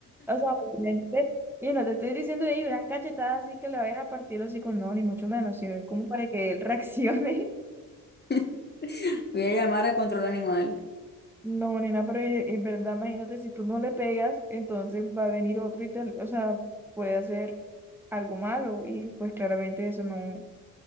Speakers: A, in the centre; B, on the left.
A: O sea, obviamente, y no te estoy diciendo ahí una cachetada así que le vayas a partir los hocico, no, ni mucho menos, sino es como para que él <laughs> reaccione
B: <laughs> Voy a llamar a control animal.
A: No, nena, pero es, es verdad, imagínate, si tú no le pegas, entonces va a venir otro y te, o sea, puede hacer algo malo y pues claramente eso no,